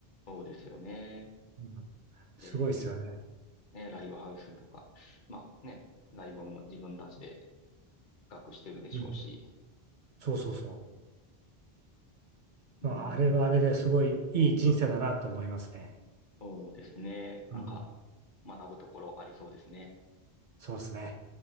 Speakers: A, on the left; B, on the right.
A: そうですよね。
B: うん。
A: で、
B: すごいですよね。
A: ね、ライブハウスとか、まあね、ライブも自分たちで企画してるでしょうし、
B: うん。そうそうそう。
A: うん、
B: まあ、あれはあれですごいいい人生だなって思いますね。
A: そうですね。なんか、
B: うん。
A: 学ぶところありそうですね。
B: そうですね。